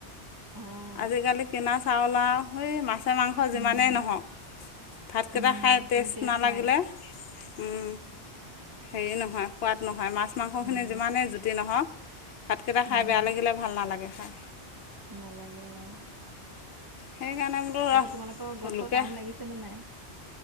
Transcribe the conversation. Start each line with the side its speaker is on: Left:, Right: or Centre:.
Right: অ',
Left: আজিকালি কিনা চাউলা সেই মাছে-মাংস যিমানেই
Right: উম,
Left: নহওক। ভাতকেইটা
Right: উম,
Left: খাই টেষ্ট
Right: কোনো
Left: নালাগিলে,
Right: নাই
Left: টেষ্ট নাই, উম। হেৰি নহয় সোৱাদ নহয় মাছ-মাংস
Right: উম,
Left: খিনি যিমানেই জুতি নহওক। ভাতকেইটা
Right: উম,
Left: খাই বেয়া লাগিলে ভাল নালাগে খাই।
Right: নালাগে অ'।
Left: সেইকাৰণে বোলো
Right: এইবাৰ তোমালোকৰ গছত
Left: ৰ লোকে
Right: আম লাগিছে নে নাই?